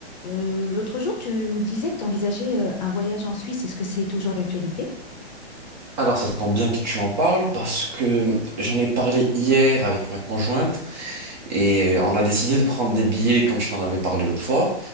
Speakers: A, on the left (about 40°); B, on the right (about 40°).
A: Euh, l'autre jour, tu me disais que tu envisageais euh, un voyage en Suisse. Est-ce que c'est toujours d'actualité?
B: Alors, ça tombe bien que tu en parles parce que j'en ai parlé hier avec ma conjointe et euh, on a décidé de prendre des billets, comme je t'en avais parlé l'autre fois.